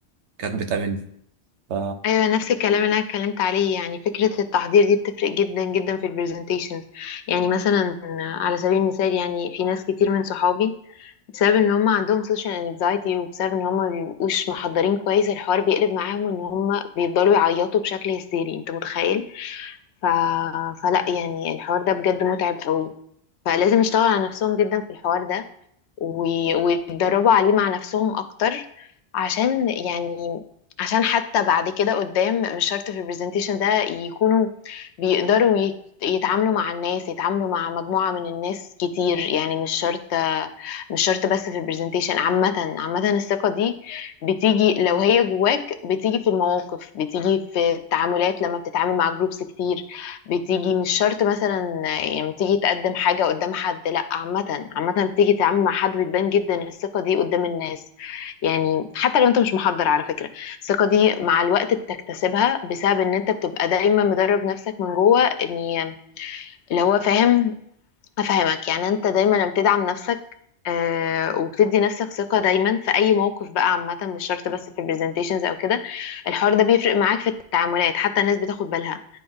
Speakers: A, on the right (about 85°); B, on the left (about 75°).
A: كانت بتقابلني ف
B: ايوه نفس الكلام اللي انا اتكلمت عليه يعني فكره التحضير دي بتفرق جدا جدا في البرزنتيشنز يعني مثلا على سبيل المثال يعني في ناس كتير من صحابي بسبب ان هم عندهم سوشيال انكزايتي وبسبب ان هم ما بيبقوش محضرين كويس الحوار بيقلب معاهم ان هم بيفضلوا يعيطوا بشكل هستيري انت متخيل ف... فلا يعني الحوار ده بجد متعب قوي فلازم يشتغل على نفسهم جدا في الحوار ده و- ويتدربوا عليه مع نفسهم اكتر عشان يعني عشان حتى بعد كده قدام مش شرط في البرزنتيشن ده يكونوا بيقدروا يت- يتعاملوا مع الناس يتعاملوا مع مجموعة من الناس كتير يعني مش شرط مش شرط بس في البرزنتيشن عامة عامة الثقة دي بتيجي لو هي جواك بتيجي في المواقف بتيجي في التعاملات لما بتتعامل مع جروبس كتير بتيجي مش شرط مثلا يعني بتيجي تقدم حاجة قدام حد لا عامة عامة بتيجي تتعامل مع حد بتبان جدا الثقة دي قدام الناس يعني حتى لو انت مش محضر على فكرة الثقة دي مع الوقت بتكتسبها بسبب ان انت بتبقى دايما مدرب نفسك من جوه ان اللي هو فاهم افهمك يعني انت دايما لما بتدعم نفسك آه، وبتدي نفسك ثقة دايما في أي موقف بقى عامة مش شرط بس في البرزنتيشنز أو كده الحوار ده بيفرق معاك في التعاملات حتى الناس بتاخد بالها